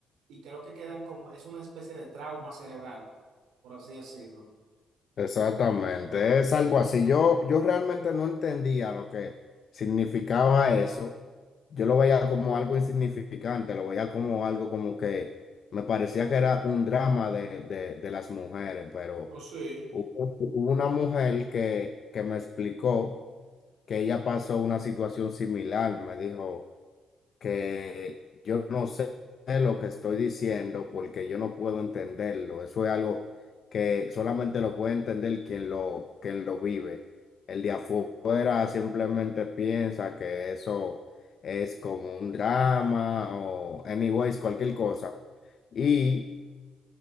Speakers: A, on the right (about 85°); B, on the left (about 60°).
A: Y creo que quedan como, es una especie de trauma cerebral, por así decirlo.
B: Exactamente, es algo así. Yo, yo realmente no entendía lo que significaba eso. Yo lo veía como algo insignificante, lo veía como algo como que me parecía que era un drama de, de, de las mujeres, pero
A: Oh, sí,
B: hubo, hubo una mujer que, que me explicó que ella pasó una situación similar, me dijo. que yo no sé lo que estoy diciendo porque yo no puedo entenderlo. Eso es algo que solamente lo puede entender quien lo, quien lo vive. El de afuera simplemente piensa que eso es como un drama o anyways, cualquier cosa. Y